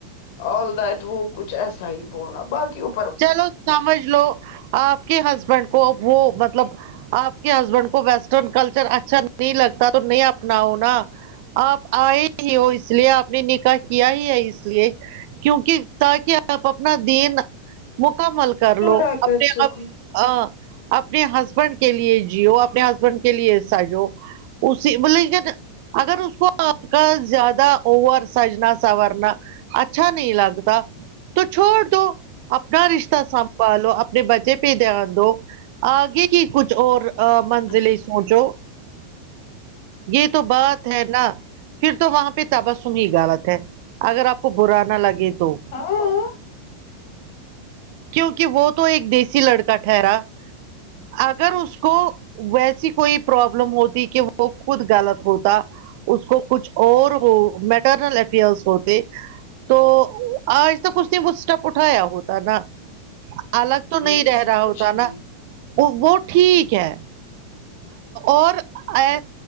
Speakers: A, on the left; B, on the right.
A: ال رائٹ ہو کچھ ایسا ہی بولا باقی وہ
B: چلو سمجھ لو آپ کے ہسبینڈ کو وہ مطلب آپ کے ہسبینڈ کو ویسٹرن کلچر اچھا نہیں لگتا تو نہیں اپناؤ نا آپ آئے ہی ہو اس لیے آپ نے نکاح کیا ہی ہے اس لیے کیونکہ تاکہ آپ اپنا دین مکمل کر
A: پورا
B: لو
A: کر
B: اپنے
A: سکوں
B: آپ ا اپنے ہسبینڈ کے لیے جیو اپنے ہسبینڈ کے لیے سجو اسی مطلب کیا اگر اس کو آپ کا زیادہ اوور سجنا سورنا اچھا نہیں لگتا تو چھوڑ دو اپنا رشتہ سنبھالو اپنے بچے پہ دھیان دو آگے کی کچھ اور منزلیں
A: اچھا
B: سوچو یہ تو بات ہے نا پھر تو وہاں پہ تبسم ہی غلط ہے اگر آپ کو برا نا لگے تو
A: ہاں
B: کیونکہ وہ تو ایک دیسی لڑکا ٹھہرا اگر اس کو ویسی کوئی پرابلم ہوتی کہ وہ خود غلط ہوتا اس کو کچھ اور وہ میٹرنل افیئرس ہوتے تو آج تک اس نے وہ اسٹیپ اٹھایا ہوتا نا الگ تو نہیں
A: ایسے
B: رہ رہا
A: کچھ
B: ہوتا
A: نہیں
B: نا وہ ٹھیک ہے اور ای